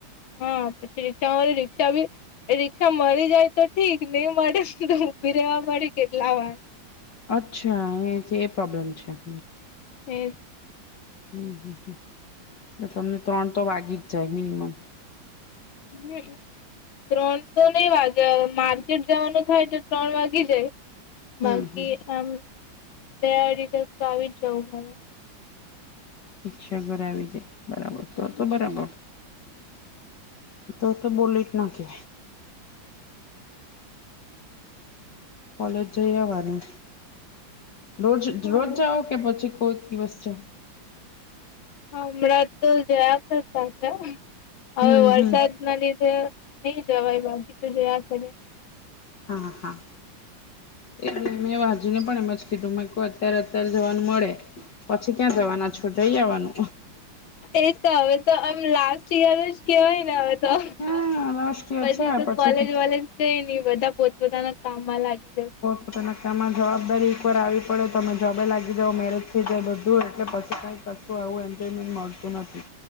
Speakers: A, on the left; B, on the left.
A: હા પછી રિક્ષા વાળ રિક્ષા ભી એ રિકષા મળી જાય તો ઠીક નહી, મળે તો ઊભી રહેવા મળે કેટલા વાર
B: અચ્છા એ એ પ્રોબ્લેમ છે, હ
A: હમ્મ
B: હમ હમ એટલે તમને ત્રણ તો વાગી જ જાય મિનિમમ
A: હમ ત્રણ તો નહી વાગે માર્ચ ટ જવાનું થાય તો ત્રણ વાગી જાય
B: હમ
A: બાકી
B: હમ
A: આમ બે અઢી તસ તો આવી જ જવું મારે
B: અચ્છા ઘર આવી જાય બરાબર
A: હમ
B: તો તો બરાબર તો તો બોલીટ ના કે કોલેજ જઈ આવવાનું રોજ
A: હા
B: રોજ જાઓ કે પછી કોઈ દિવસ છે.
A: હમણાં તો જયા કરતા છે હવે
B: હમ
A: વરસાદ
B: હમ.
A: ના લીધે નહી જવાય બાકી તો જોયા છે.
B: હા હા એ મેં વાજીને પણ એમ જ કીધુ મેં કો અત્યારે અત્યારે જવાનું મળે પછી ક્યાં જવાના છૂટઈ જવાનુ
A: એ તો હવે તો આમ લાસ્ટ યયર જ કેહેવાય ને હવે તો
B: હા લાસ્ટ યર
A: પછી
B: છે
A: તો
B: પછી
A: કોલેજ વલેજ કઈ નહી બધા પોતપોતાના કામમાં લાગી જશે.
B: પોતાના કામમાં જવાબદારી એકવાર આવી પડે તમે જોબે લાગી જાવ મેરેજ થઈ જાય બધું એટલે પછ કશું આવું એન્જોયમેન્ટ મળતું નથી